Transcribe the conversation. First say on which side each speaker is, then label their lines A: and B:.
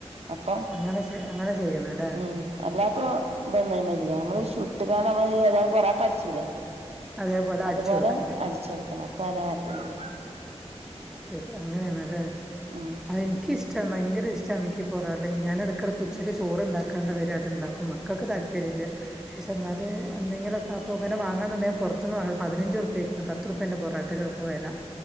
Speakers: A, on the right (about 65°); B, in the centre.
A: അപ്പം
B: അങ്ങനെ അങ്ങനെ ചെയ്യണല്ലേ
A: ഉം അല്ലാത്ത ഇതൊന്ന ഇല്ല നമ്മള് ചഷുട്ട ക നമ്മള് തായ പൊറ അടിച്ചുല്ലേ
B: അതേപോലെ
A: അതുപോലെ
B: അടിച്ചു കൊടുക്കണം
A: അടിച്ച കൊടുക്കണം അപ്പ അരല്ലര്
B: ശരി അങ്ങനെയണല്ലേ
A: ഉം
B: എനിക്കിഷ്ട ഭയങ്കര ഇഷ്ട പക്ഷാണക്ക്ി പൊറരാട്ടം ഞാൻ എടുക്കടെ കൊച്ചിക്ക് ചോറ്ുണ്ടാക്കാണ്ട വര അതുണ്ടാക്കും മക്കൾക്ക് താല്പര്യമല്ല പക്ഷേ എന്നാലും എന്തങ്കിലൊക്കെ അപ്പോങ്ങെ വാങ്ങമുണ്ടെിൽ പുത്തന്ന്ാങ്ങാം പതിനഞ് രുപ്പക്കാണ് പത്ത്ുപ്പേൻറെ പൊറട്ടക്കെ പോും പോല